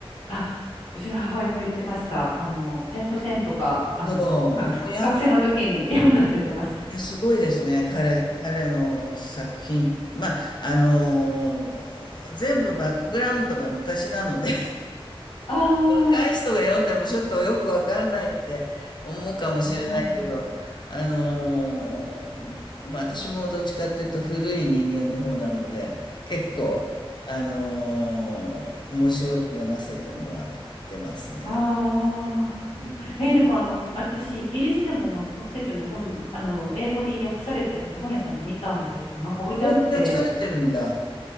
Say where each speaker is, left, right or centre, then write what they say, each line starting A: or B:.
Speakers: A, on the left; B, on the left.
A: あ、うちの母親も言ってました。あの、点と線とか、あの、
B: そう、
A: 学、
B: もうやっ
A: 学生の時に読んだって言ってました。
B: ぱすごいですね、彼、彼の作品。まあ、あのー全部バックグラウンドが昔なので
A: ああ、
B: 若い人が読んでもちょっとよくわかんないって思うかもしれないけど、
A: うんうんうん
B: あのーまあ私もどっちかっていうと古い人間の方なので、結構、あのー面白く読ませてもらってますね。
A: ああ。
B: うん。
A: えーでもあの、私、イギリスでも松本清張の本、あの、英語で訳されたやつ、本屋さんで見たんですよ。なんか置いてあって。
B: で訳されてるんだ。